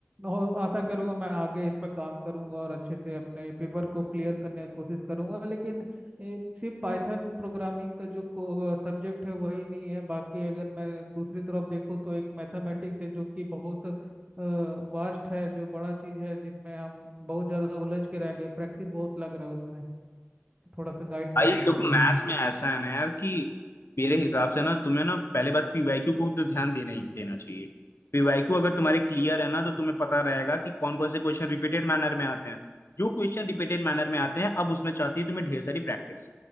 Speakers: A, on the right (about 30°); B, on the left (about 65°).
A: और आशा करूंगा मैं आगे इस पर काम करूंगा और अच्छे से अपने पेपर को क्लियर करने की कोशिश करूंगा लेकिन ए, सिर्फ पाइथन प्रोग्रामिंग का जो सब्जेक्ट है वही नहीं है बाकी अगर मैं दूसरी तरफ देखूँ तो एक मैथमेटिक्स है जो कि बहुत वास्ट है जो बड़ा चीज है जिसमें हम बहुत ज्यादा उलझ के रह गए प्रैक्टिस बहुत लग रहा है उसमें थोड़ा सा गाइड कर
B: भाई
A: दीजिए
B: देखो मैथ्स में ऐसा है ना यार कि मेरे हिसाब से ना तुम्हें ना पहले बात पीवाईक्यू को तो ध्यान देना ही देना चाहिए पीवाईक्यू अगर तुम्हारे क्लियर है ना तो तुम्हें पता रहेगा कि कौन कौन से क्वेश्चन रिपीटेड मैनर में आते हैं जो क्वेश्चन रिपीटेड मैनर में आते हैं अब उसमें चाहती है तुम्हें ढेर सारी प्रैक्टिस